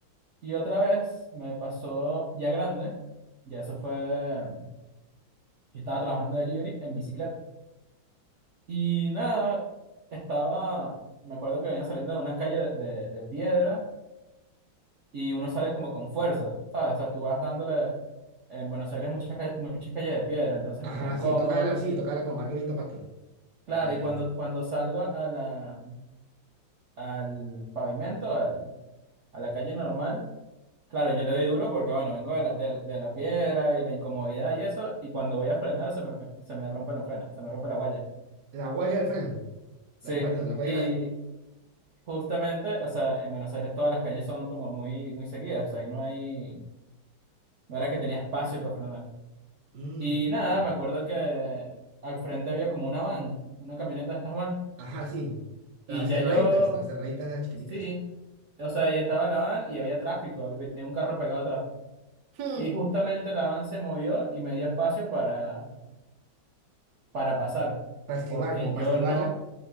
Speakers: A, on the right; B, on the right.
A: Y otra vez me pasó ya grande, ya eso fue, yo estaba trabajando de delivery en bicicleta. Y nada, estaba, me acuerdo que venía saliendo de una calle de, de- de piedra y uno sale como con fuerza, ¿sabes? O sea, tú vas dándole, en Buenos Aires hay muchas, ca- muchas calles de piedra, entonces
B: Ajá,
A: es como incómodo.
B: sí, tocarla, sí, tocarla como más durito para ti.
A: Claro,
B: Ajá,
A: y
B: listo.
A: cuando, cuando salgo a la, al pavimento, al- a la calle normal, Claro, yo le doy duro porque, bueno, vengo de la, de, de la piedra y la incomodidad y eso, y cuando voy a frenar se me, se me rompen los frenos, se me rompe la guaya.
B: La guaya del freno,
A: Sí,
B: la- eh, perdón, la guaya
A: y
B: de
A: justamente, o sea, en Buenos Aires todas las calles son como muy, muy seguidas, o sea, ahí no hay, no era que tenía espacio para frenar.
B: la... Mm,
A: Y nada,
B: ca-
A: me acuerdo que al frente había como una van, una camioneta de estas van,
B: Ajá, sí, las
A: y ya
B: cerraditas,
A: yo,
B: las cerraditas las chiquiticas.
A: sí, o sea, ahí estaba la van y había tráfico, venía un carro pegado atrás.
B: Hmm,
A: Y justamente la van se movió y me dio espacio para para pasar,
B: Para esquivar,
A: porque
B: como
A: yo
B: para esquivarla.
A: no,